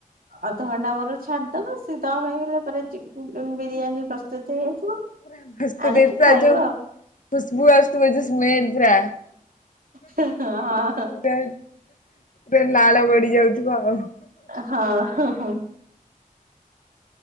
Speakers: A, on the right; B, on the left.
A: ଅଧଘଣ୍ଟା ପରେ ଛାଡିଦବା ସେ ଦମ ହେଇଗଲା ପରେ ବିରିୟାନୀ ପ୍ରସ୍ତୁତ ହେଇଯାଇଥିବ।
B: <unintelligible>
A: ଆଣିକି ଖାଇବ
B: ଆଜି ଯୋଉ ଖୁସବୁ ଆସୁଥିବ ଏୟୀ ଯୋଉ ସ୍ମେଲ ପୁରା
A: ହଁ ହ ହ
B: ବେ ବେ ଲାଳ ପାଣି ଯାଉଥିବ ଆଉ
A: ହଁ